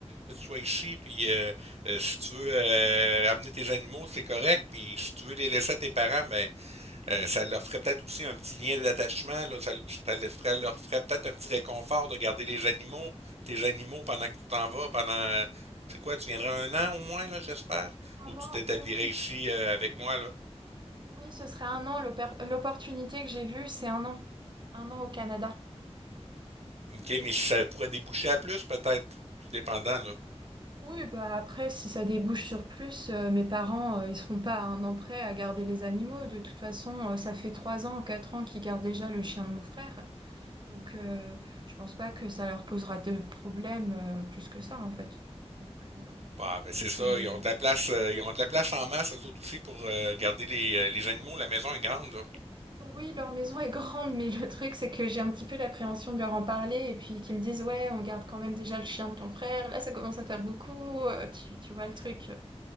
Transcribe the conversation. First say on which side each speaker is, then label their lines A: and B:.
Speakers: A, on the right; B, on the right.
A: que tu sois ici, puis euh, euh, si tu veux euh, amener tes animaux, c'est correct, puis si tu veux les laisser à tes parents, ben, Euh, ça leur ferait peut-être aussi un petit lien d'attachement, là. Ça, ça leur ferait, leur ferait peut-être un petit réconfort de garder les animaux, tes animaux pendant que tu t'en vas, pendant, euh, tu sais quoi, tu viendrais un an au moins, là, j'espère,
B: Ah
A: ou
B: non,
A: tu t'établirais
B: oui, oui, oui.
A: ici euh, avec moi, là.
B: Oui, ce serait un an. l'oppor- L'opportunité que j'ai vue, c'est un an. Un an au Canada.
A: OK,
B: Oui.
A: mais si ça pourrait déboucher à plus, peut-être, tout dépendant, là.
B: Oui, bah après, si ça débouche sur plus, euh, mes parents, euh, ils seront pas à un an près à garder les animaux. De toute façon, euh, ça fait trois ans, quatre ans qu'ils gardent déjà le chien de mon frère. Donc, euh, je pense pas que ça leur posera de problème, euh, plus que ça, en fait. Donc, euh,
A: Bah, ben c'est
B: juste
A: ça,
B: que je les
A: ils ont de la place, euh, ils ont de la place en masse, eux autres aussi, pour euh, garder les, euh, les animaux. La maison est grande, là.
B: Oui, leur maison est grande, mais le truc, c'est que j'ai un petit peu l'appréhension de leur en parler et puis qu'ils me disent, ouais, on garde quand même déjà le chien de ton frère, là, ça commence à faire beaucoup, euh, tu, tu vois le truc.